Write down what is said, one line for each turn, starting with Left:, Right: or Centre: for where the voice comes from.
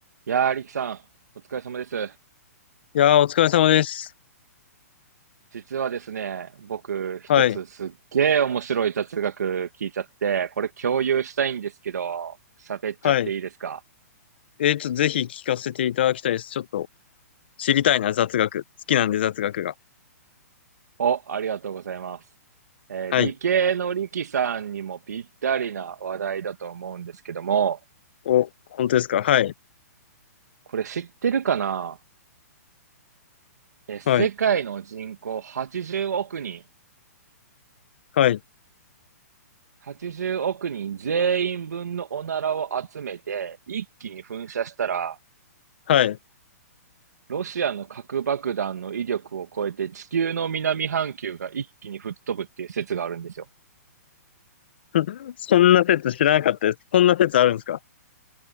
Right: いやー、リキさん、お疲れ様です。
Left: いやー、お疲れ様です。
Right: 実はですね、僕、一つすっげー面白い雑学聞いちゃって、
Left: はい。
Right: これ共有したいんですけど、喋っちゃっていいですか
Left: はい。えー、ちょっとぜひ聞かせていただきたいです。ちょっと知りたいな、雑学。好きなんで、雑学が。
Right: お、ありがとうございます。えー理系のリキさんにもぴったりな話題だと思うんですけども、
Left: はい。お、本当ですかはい。
Right: これ知ってるかなえー、世界の人口80億人、
Left: はい。はい。
Right: 80億人全員分のおならを集めて、一気に噴射したら、
Left: はい。
Right: ロシアの核爆弾の威力を超えて地球の南半球が一気に吹っ飛ぶっていう説があるんですよ。
Left: <laughs> そんな説知らなかったです。そんな説あるんですか